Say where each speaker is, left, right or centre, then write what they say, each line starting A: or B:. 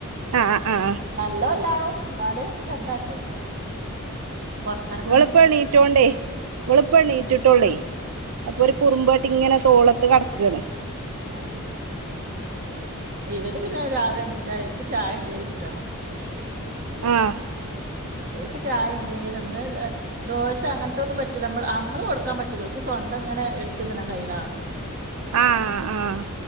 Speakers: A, on the right (about 70°); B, on the right (about 40°).
A: അഹ്അഹ്
B: നല്ല പല്ലാണും ന്നാല്. ചെറ്തായിട്ടൊക്കെ പൊറ്ത്തറ്ങ്ങാൻ പ
A: ഇപ്പെണീറ്റോണ്ടേ ഓളുപ്പ എണീറ്റിട്ടൊള്ളെ അപ്പൊരു
B: ഏഹ്
A: കുറുമ്പ ട്ടിങ്ങനെ തോളത്ത് കട്ക്കാണ്.
B: ഏഹ് ഇവര് പിന്നെ രാവിലെണീറ്റാലോൽക്ക് ചായെന്തേല് കിട്ടണം.
A: ആഹ്
B: ഓൽക്ക് ചായെന്തേലൊന്ന് അ ദോശ അങ്ങൻത്തൊന്നും പറ്റൂല്ല അമ്മൾ അമ്മള് കൊടുക്കാൻ പറ്റൂല ഓൽക്ക് സ്വന്തങ്ങനെ ഇട്ത്ത്ന്ന്ണ കയ്യിണാവണം.
A: ആഹ് ആഹ്